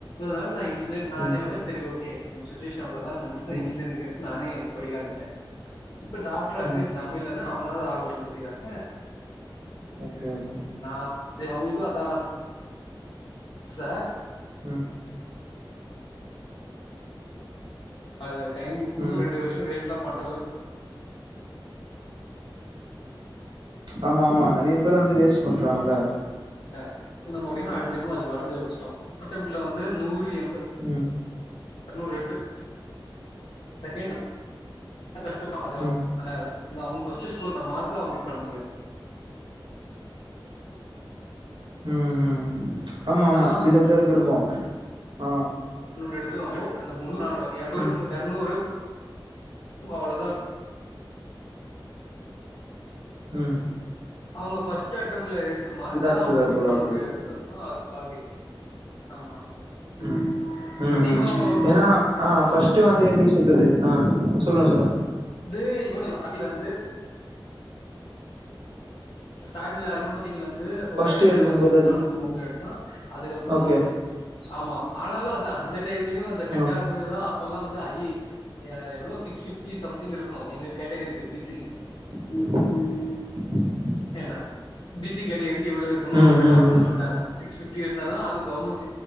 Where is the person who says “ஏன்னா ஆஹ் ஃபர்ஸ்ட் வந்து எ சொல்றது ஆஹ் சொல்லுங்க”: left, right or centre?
Right